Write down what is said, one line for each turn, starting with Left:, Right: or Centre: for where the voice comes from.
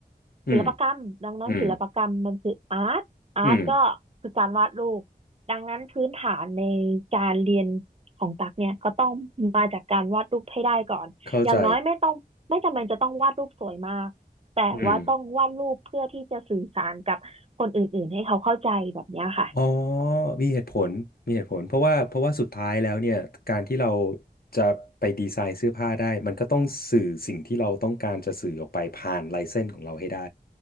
Left: อืม
Right: ศิลปกรรมดังนั้นศิลปกรรมมันคืออาร์ตอาร์ตก็คือการวาดรูปดังนั้นพื้นฐานใน
Left: อืมอืม
Right: การเรียนของตักเนี่ยก็ต้องมาจากการวาดรูปให้ได้ก่อนอย่างน้อยไม่ต้องไม่จำเป็นจะต้องวาดรูปสวยมากแต่ว่าต้องวาดรูปเพื่อที่จะสื่อสารกับคนอื่นๆให้เขาเข้าใจแบบเนี้ยค่ะ
Left: เข้าใจอืม อ๋อมีเหตุผลมีเหตุผลเพราะว่าเพราะว่าสุดท้ายแล้วเนี่ย การที่เราจะไปดีไซน์เสื้อผ้าได้มันก็ต้องสื่อสิ่งที่เราต้องการจะสื่อออกไปผ่านลายเส้นของเราให้ได้